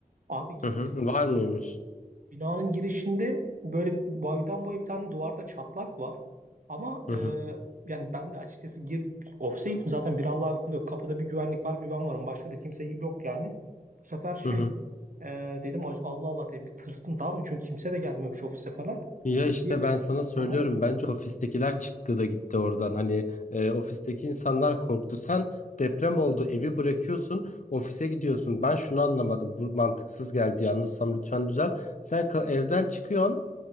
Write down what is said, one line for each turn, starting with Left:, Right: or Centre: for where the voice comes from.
Right: Abi gittim
Left: hı hı. Var mıymış?
Right: Binanın girişinde böyle boydan boya bir tane duvarda çatlak var. Ama e,
Left: Hı hı
Right: yani ben de açıkçası gir, ofise gittim zaten bir Allah'ın kulu yok. Kapıda bir güvenlik var bir ben varım. Başka da kimse yok yani. Bu sefer şey
Left: hı hı.
Right: e, dedim "Ay, Allah Allah dedim bir tırstım tamam mı? Çünkü kimse de gelmemiş ofise falan.
Left: Ya işte
Right: Bir,
Left: ben sana söylüyorum
Right: aha.
Left: bence ofistekiler çıktı da gitti oradan hani e, ofisteki insanlar korktu sen deprem oldu evi bırakıyorsun ofise gidiyorsun ben şunu anlamadım bu mantıksız geldi yanlışsam lütfen düzelt sen ka- evden çıkıyorsun